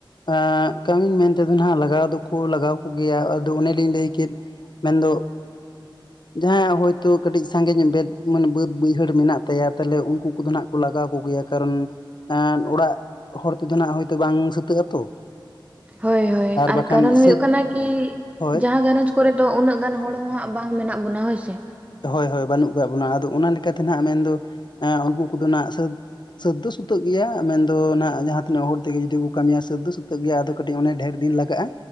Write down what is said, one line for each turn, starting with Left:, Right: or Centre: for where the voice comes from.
Left: ᱟᱜᱻ ᱠᱟᱹᱢᱤ ᱢᱮᱱᱛᱮᱫᱚ ᱱᱟᱜ ᱞᱟᱜᱟᱣ ᱫᱚᱠᱚ ᱞᱟᱜᱟᱣ ᱠᱚᱜᱮᱭᱟ ᱟᱫᱚ ᱚᱱᱮᱞᱤᱧ ᱞᱟᱹᱭ ᱠᱮᱫ ᱢᱮᱱᱫᱚ ᱡᱟᱦᱟᱸᱭᱟᱜ ᱦᱳᱭᱛᱳ ᱠᱟᱹᱴᱤᱡ ᱥᱟᱸᱜᱮᱧ ᱵᱟᱹᱫ ᱢᱟᱱᱮ ᱵᱟᱹᱫ ᱵᱟᱹᱭᱦᱟᱹᱲ ᱢᱮᱱᱟᱜ ᱛᱟᱭᱟ, ᱛᱟᱦᱚᱞᱮ ᱩᱱᱠᱩ ᱠᱚᱫᱚ ᱱᱟᱜ ᱠᱚ ᱞᱟᱜᱟᱣ ᱠᱚᱜᱮᱭᱟ ᱠᱟᱨᱚᱱ ᱮ ᱚᱲᱟᱜ ᱦᱚᱲ ᱛᱮᱫᱚ ᱦᱟᱸᱜ ᱛᱮ-ᱛᱚ ᱵᱟᱝ ᱥᱟᱹᱛᱟᱹᱜ ᱟᱛᱚ᱾
Right: ᱦᱳᱭ ᱦᱳᱭ, ᱟᱨ
Left: ᱵᱟᱠᱷᱟᱱ
Right: ᱠᱟᱨᱚᱱ ᱦᱩᱭᱩᱜ
Left: ᱥᱟᱹᱛ
Right: ᱠᱟᱱᱟ ᱠᱤ
Left: ᱦᱳᱭ
Right: ᱡᱟᱦᱟᱸ ᱜᱷᱟᱨᱚᱸᱡᱽ ᱠᱚᱨᱮᱫ ᱫᱚ ᱩᱱᱟᱹᱜ ᱜᱟᱱ ᱦᱚᱲ ᱦᱟᱸᱜ ᱵᱟᱝ ᱢᱮᱱᱟᱜ ᱵᱚᱱᱟ ᱦᱳᱭ ᱥᱮ᱾
Left: ᱦᱳᱭ ᱦᱳᱭ ᱵᱟᱹᱱᱩᱜ ᱠᱟᱜ ᱵᱚᱱᱟ ᱟᱫᱚ ᱚᱱᱟ ᱞᱮᱠᱟᱛᱮ ᱱᱟᱦᱱᱟᱜ ᱢᱮᱱᱫᱚ ᱮ ᱩᱱᱠᱩ ᱠᱚᱫᱚ ᱱᱟᱜ ᱥᱟᱹᱛ ᱥᱟᱹᱛ ᱫᱚ ᱥᱩᱛᱟᱹᱜ ᱜᱮᱭᱟ ᱢᱮᱱᱫᱚ ᱱᱟᱜ ᱡᱟᱦᱟᱸ ᱛᱤᱱᱟᱹᱜ ᱦᱚᱲ ᱛᱮᱜᱮ ᱡᱩᱫᱤ ᱠᱚ ᱠᱟᱹᱢᱤᱭᱟ ᱥᱟᱹᱛ ᱫᱚ ᱥᱩᱛᱟᱹᱜ ᱜᱮᱭᱟ ᱟᱫᱚ ᱠᱟᱹᱴᱤᱡ ᱚᱱᱮ ᱰᱷᱮᱨ ᱫᱤᱱ ᱞᱟᱜᱟᱜᱼᱟ᱾